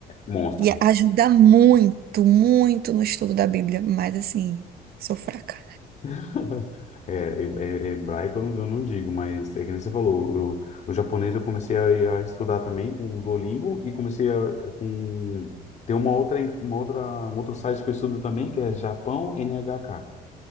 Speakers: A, on the left; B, on the right.
A: monstro.
B: E ajuda muito, muito no estudo da Bíblia. Mas, assim, sou fraca.
A: <laughs> É, é- é hebraico eu não, eu não digo, mas é que nem você falou, eu- o japonês eu comecei a, a estudar também com o Duolingo e comecei a, com... Tem uma outra, uma outra, um outro site que eu estudo também, que é Japão NHK.